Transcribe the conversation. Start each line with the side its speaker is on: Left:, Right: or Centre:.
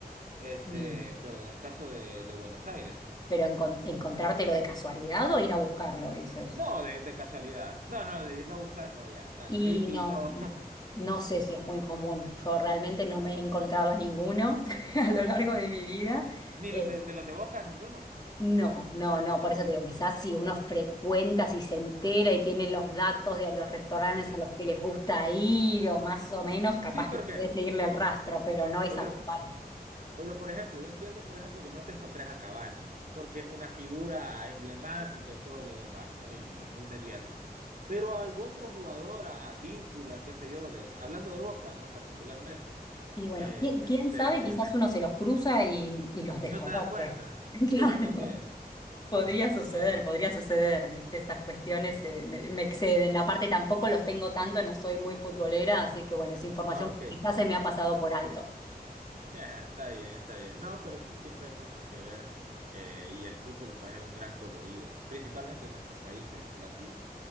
Right: este,
Left: Mm.
Right: pero en el caso de, de Buenos Aires, ¿no?
Left: Pero encon- encontrártelo de casualidad o ir a buscarlo, dices.
Right: No, de, de casualidad. No, no, de irlo a buscar, no, ya, tan
Left: Y
Right: creepy,
Left: no,
Right: no. <laughs>
Left: no sé si es muy común. Yo realmente no me he encontrado a ninguno <laughs> a lo largo de mi vida.
Right: Ni
Left: Eh,
Right: los de, de los de Boca, ninguno.
Left: No, no, no, por eso te digo, quizás si uno frecuenta, si se entera y tiene los datos de los restaurantes
Right: okay,
Left: a los que les gusta ir o más o menos, capaz
Right: Sí,
Left: que
Right: porque,
Left: puede seguirle el rastro, pero no es
Right: porque,
Left: habitual.
Right: porque, por ejemplo, yo entiendo, por ejemplo, que no te encontrés a Cavani, porque es una figura emblemática y todo lo demás, ¿no? Y muy mediático. Pero a algún otro jugador, a Víncula, qué sé yo, de, hablando de Boca, ¿no? Particularmente.
Left: Y bueno,
Right: eh,
Left: ¿quién,
Right: te-
Left: quién
Right: te-
Left: sabe?
Right: te-
Left: Quizás
Right: te-
Left: uno se los cruza y, y los
Right: y
Left: desconoce.
Right: no te das cuenta.
Left: <laughs> Claro,
Right: Sí, también.
Left: podría
Right: <laughs>
Left: suceder,
Right: Pero,
Left: podría suceder, ¿viste? Esas cuestiones eh, me me exceden. Aparte tampoco los tengo tanto, no soy muy futbolera, así que bueno, es información
Right: ah, ok.
Left: que quizás se me ha pasado por alto.
Right: <laughs> Está bien, está bien. No, pero sí, siempre hay mucho que ver. Eh, y el fútbol, pues, es un gran colorido, principalmente en nuestros países latinos.